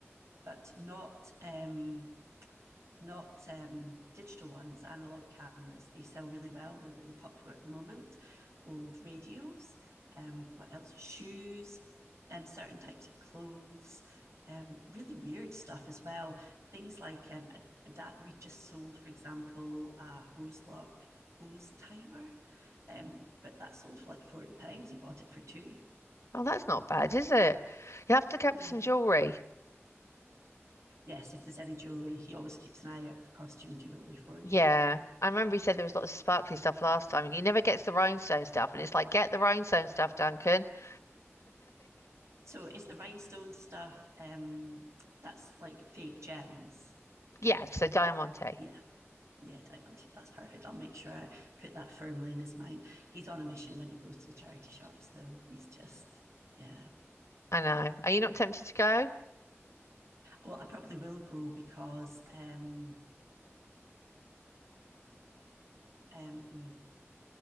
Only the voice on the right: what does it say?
but not um, not um, digital ones, analog cameras. They sell really well. They're really popular at the moment. Old radios. Um, what else? Shoes. Um, certain types of clothes. Um, really weird stuff as well. Things like um, adapt. We just sold, for example, a hose lock hose timer, um, but that sold for like forty pounds. He bought it for two.
Yeah.
Yes. If there's any jewelry, he always keeps an eye out for costume jewelry for you.
So it's the rhinestone stuff um that's like fake gems?
Yeah. Yeah, diamond tip. That's perfect. I'll make sure I put that firmly in his mind. He's on a mission when he goes to the charity shops, though. He's just, yeah.
Well, I probably will go because um, um,